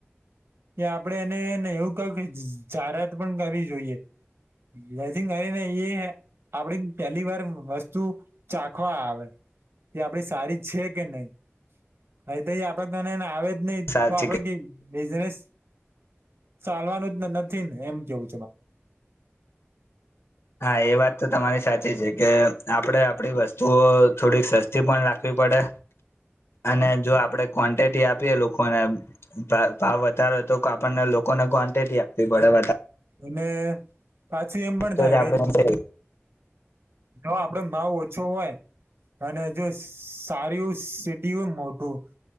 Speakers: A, on the right (about 60°); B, on the left (about 65°).
A: કે આપડે <unintelligible> કે જાહેરાત પણ કરવી જોઈએ <unintelligible> આપડી પેલી વાર વસ્તુ ચાખવા આવે એ આપડી સારી છે કે નઈ, અહી તો <unintelligible> આવે નહી
B: સાચી
A: તો આપડે <unintelligible> બિઝનેસ ચાલવાનું <unintelligible> <unintelligible> એમ કેવુ છે મા
B: હા એ વાત તો તમારી સાચી છે, કે આપડે આપડી વસ્તુઓ થોડીક સસ્તી પણ રાખવી પડે અને જો આપડે કવાંટીટી આપીએ લોકોને ભા ભાવ વધારો તો આપણને લોકો ક્વોન્ટિટી આપવી પડે વ
A: અને પાછી એમ પણ
B: તો
A: થાય
B: જ આપણે
A: કે જો આપડે ભાવ ઓછો હોય અને જો સારી સિટી હોય મોટું